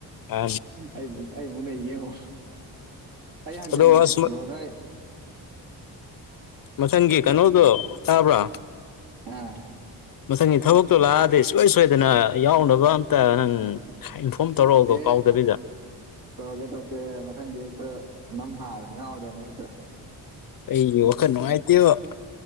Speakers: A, on the left (about 55°); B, on the right (about 55°).
A: ꯑ
B: ꯑꯩ ꯃꯨ ꯑꯩ ꯃꯨꯛ ꯅꯩꯒꯦ ꯌꯦꯉꯣ ꯑꯩ ꯍꯟꯖꯟꯕꯅꯦ
A: ꯑꯗꯣ ꯑꯁ
B: <unintelligible>
A: ꯃꯊꯪꯒꯤ ꯀꯩꯅꯣꯗꯣ ꯇꯥꯕ꯭ꯔꯥ
B: ꯑꯥ
A: ꯃꯊꯪꯒꯤ ꯊꯕꯛꯇꯣ ꯂꯥꯛꯑꯗꯤ ꯁꯨꯁꯣꯏ ꯁꯣꯏꯗꯅ ꯌꯥꯎꯅꯕ ꯑꯝꯇ ꯅꯪ ꯈꯥ ꯏꯟꯐꯣꯝ ꯇꯧꯔꯛꯑꯣꯕ
B: ꯑꯦ
A: ꯀꯥꯎꯗꯕꯤꯗ
B: ꯇꯧꯔꯛꯀꯦ ꯇꯧꯀꯦ ꯃꯊꯪꯗꯤ ꯍꯦꯛꯇ ꯅꯝ ꯍꯥꯔ ꯌꯥꯎꯔꯗꯝꯅꯦ ꯍꯦꯛꯇ
A: ꯑꯩꯒꯤ ꯋꯥꯈꯜ ꯅꯨꯡꯉꯥꯏꯇꯦꯕ